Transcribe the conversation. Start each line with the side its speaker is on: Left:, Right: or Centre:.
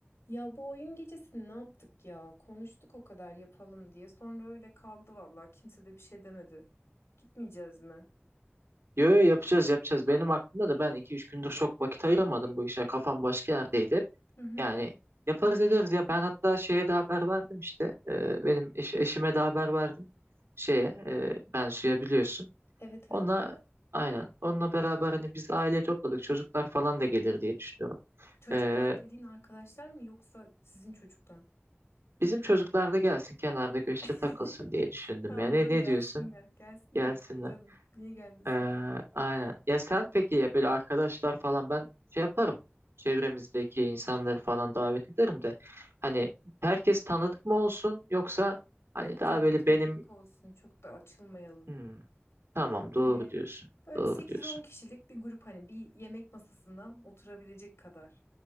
Left: Ya bu oyun gecesini ne yaptık ya? Konuştuk o kadar yapalım diye. Sonra öyle kaldı vallahi. Kimse de bir şey demedi. Gitmeyeceğiz mi?
Right: Yo yo yapacağız yapacağız. Benim aklımda da ben iki üç gündür çok vakit ayıramadım bu işe. Kafam başka yerdeydi hep.
Left: Hı hı.
Right: Yani yaparız ederiz ya. Ben hatta şeye de haber verdim işte. Ee, benim eş- eşime de haber verdim. Şeye e, ben suya biliyorsun.
Left: Evet
Right: Onunla
Left: evet.
Right: aynen. Onunla beraber hani biz aile topladık. Çocuklar falan da gelir diye düşünüyorum.
Left: Çocuklar
Right: Ee,
Left: dediğin arkadaşlar mı yoksa sizin çocuklar?
Right: bizim çocuklar da gelsin kenarda köşede
Left: <laughs>
Right: takılsın diye düşündüm.
Left: Tamam
Right: Yani
Left: canım
Right: ne, ne
Left: gelsinler.
Right: diyorsun?
Left: Gelsinler
Right: Gelsinler.
Left: tabii canım. Niye gelmesinler?
Right: Ee, aynen. Ya sen peki ya böyle arkadaşlar falan ben şey yaparım. Çevremizdeki insanları falan davet ederim de. Hani herkes tanıdık mı olsun yoksa hani
Left: Yok
Right: daha
Left: canım
Right: böyle
Left: tanıdık
Right: benim
Left: olsun. Çok da açılmayalım.
Right: Hmm, tamam doğru
Left: Hani
Right: diyorsun.
Left: böyle
Right: Doğru
Left: bir 8-10
Right: diyorsun.
Left: kişilik bir grup hani bir yemek masasına oturabilecek kadar.